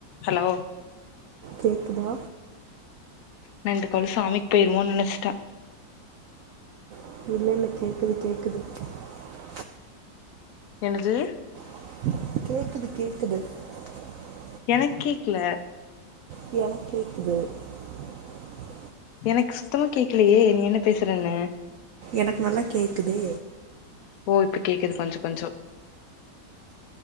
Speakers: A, on the left (about 65°); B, on the right (about 80°).
A: Hello
B: கேக்குதா
A: நா இந்த கொல சாமிக்கு போயிருமோனு நெனச்சிட்டே
B: <inaudible>
A: என்னது
B: <inaudible>
A: எனக் கேக்கல
B: <inaudible>
A: எனக் சுத்தமா கேக்கலையே நீ என்ன பேசறன்னு
B: எனக்கு நல்லா கேக்குதே
A: ஓ இப்ப கேக்குது கொஞ்சோ கொஞ்சோ